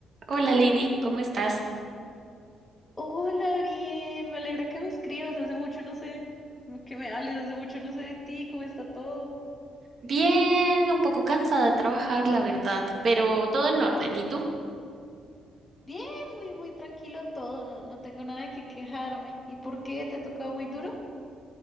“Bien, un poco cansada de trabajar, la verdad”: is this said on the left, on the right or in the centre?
Right